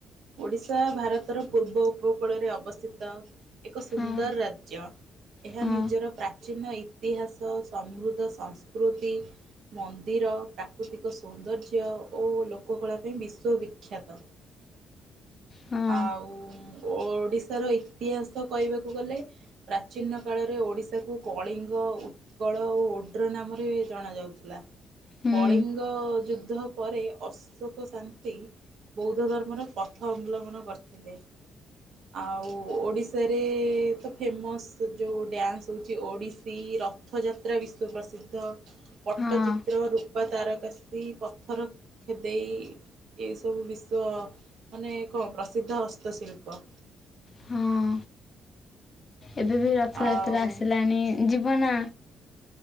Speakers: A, on the right; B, on the left.
A: ଓଡିଶା ଭାରତର ପୂର୍ବ ଉପକୂଳରେ ଅବସ୍ଥିତ। ଏକ ସୁନ୍ଦର
B: ହଁ
A: ରାଜ୍ୟ ଏହା
B: ହଁ
A: ନିଜର ପ୍ରାଚୀନ ଇ ଇତିହାସ ସମୃଦ୍ଧ ସଂସ୍କୃତି। ମନ୍ଦିର ପ୍ରାକୃତିକ ସୌନ୍ଦର୍ଯ୍ୟ ଓ ଲୋକକଳା ପାଇଁ ବିଶ୍ୱବିଖ୍ୟାତ।
B: ହଁ
A: ଆଉ ଓଡ଼ିଶାର ଇତିହାସ କହିବାକୁ ଗଲେ ପ୍ରାଚୀନ କାଳରେ ଓଡ଼ିଶାକୁ କଳିଙ୍ଗ ଓ ଉତ୍କଳ ଓ ଉଦ୍ର ନାମରେ ଜଣ ଯାଉଥିଲା।
B: ହୁଁ
A: କଳିଙ୍ଗ ଯୁଦ୍ଧ ପରେ ଅଶୋକ ଶାନ୍ତି ବୌଦ୍ଧ ଧର୍ମର ପଥ ଅବଲମ୍ବନ କରିଥିଲେ। ଆଉ ଓଡିଶାରେ ତ ଫେମସ ଯୋଉ ଡ୍ୟାନ୍ସ ହଉଛି ଓଡିଶୀ ଇ ରଥଯାତ୍ରା ବିଶ୍ଵ ପ୍ରସିଦ୍ଧ ପଟ୍ଟଚିତ୍ର
B: ହଁ
A: ର ତାର କାସି ପଥର ଖେଦେଇ ଏସବୁ ବିଶ୍ଵ ମାନେ ଏ କଣ ପ୍ରସିଦ୍ଧ ହସ୍ତଶିଳ୍ପ।
B: ହଁ ଏବେ ବି ରଥଯାତ୍ରା
A: ଆଉ
B: ଆସିଲାଣି ଯିବ ନା।